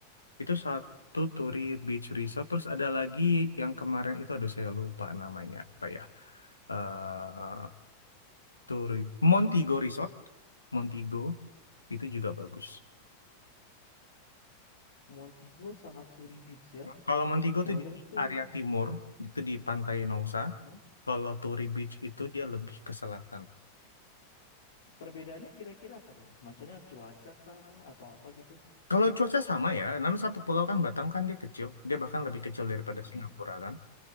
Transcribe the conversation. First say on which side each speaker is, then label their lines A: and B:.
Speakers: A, on the left; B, on the left.
A: itu satu Turi Beach Resort. Terus ada lagi yang kemarin itu, aduh saya lupa namanya apa ya. eh Turi Montigo Resort, Montigo itu juga bagus.
B: Montego sama Turi Beach ya?
A: Kalau Montego
B: Boleh
A: itu di
B: tuh.
A: area timur, itu di Pantai Nongsa.
B: Heeh,
A: Kalau Turi Beach itu
B: heeh.
A: dia lebih ke selatan.
B: Perbedaannya kira-kira apa tuh bang? Maksudnya cuaca kah atau apa gitu?
A: Kalau cuaca sama ya, namanya satu pulau kan Batam kan dia kecil, dia bahkan lebih kecil daripada
B: Heeh.
A: Singapura kan.